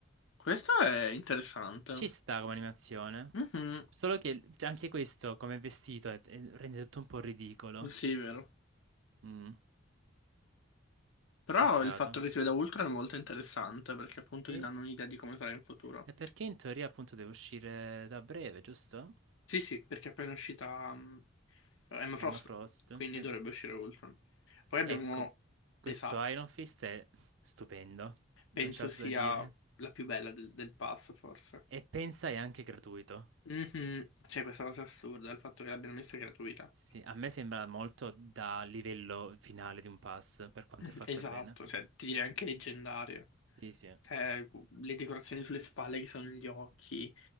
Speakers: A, on the left; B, on the right.
A: Questo è interessante.
B: Ci sta come animazione.
A: Mhm,
B: Solo che cioè, anche questo come vestito è- è- rende tutto un po' ridicolo.
A: Sì, è vero.
B: Mm,
A: Però
B: peccato.
A: il fatto che si veda Ultron è molto interessante perché appunto
B: Sì.
A: ti danno un'idea di come sarà in futuro.
B: E perché in teoria appunto deve uscire da breve, giusto?
A: Sì, sì, perché è appena uscita mm, Emma Frost,
B: Emma Frost,
A: quindi
B: sì.
A: dovrebbe uscire Ultron. Poi abbiamo...
B: Ecco, questo
A: Esatto.
B: Iron Fist è stupendo, non
A: Penso
B: c'è altro
A: sia
B: da dire.
A: la più bella del, del pass, forse.
B: E pensa è anche gratuito.
A: Mhm, C'è questa cosa assurda, il fatto che l'abbiano messa gratuita.
B: Sì,
A: <clears throat>
B: a me sembra molto da livello finale di un pass, per quanto
A: <laughs>
B: è fatta
A: Esatto,
B: bene.
A: cioè ti direi anche leggendaria.
B: Sì, sì.
A: Cioè, le decorazioni sulle spalle che sono gli occhi.